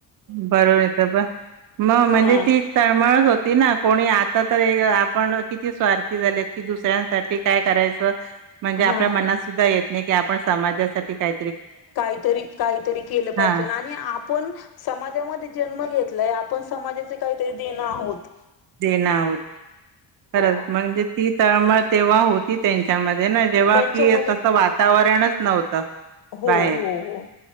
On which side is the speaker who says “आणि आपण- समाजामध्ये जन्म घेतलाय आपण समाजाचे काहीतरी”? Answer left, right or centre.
Left